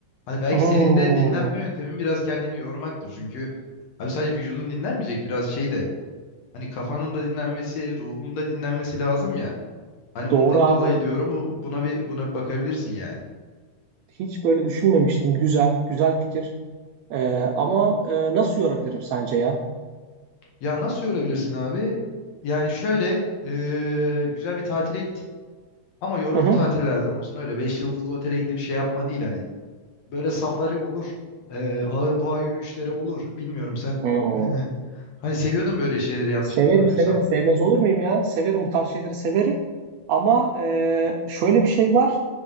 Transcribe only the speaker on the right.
Hmm,
doğru abi.
Hiç böyle düşünmemiştim. Güzel, güzel fikir. E, ama e, nasıl yorabilirim sence ya?
Hı hı.
Hmm.
Severim
severim sevmez olur muyum ya? Severim bu tarz şeyleri severim. Ama e, şöyle bir şey var.